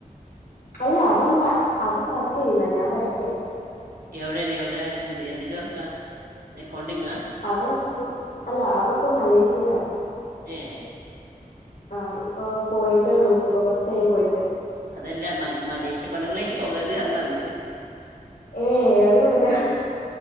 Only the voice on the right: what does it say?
എവിടെണ് എവിടെ എന്ത് എന്തിന്റെ വർക്കാ അക്കൗണ്ടിങ്ങാ
ഏ
അതല്ല മ മലേഷ്യ പെണ്ണുങ്ങളായിട്ട് പോവത് അന്നാന്ത്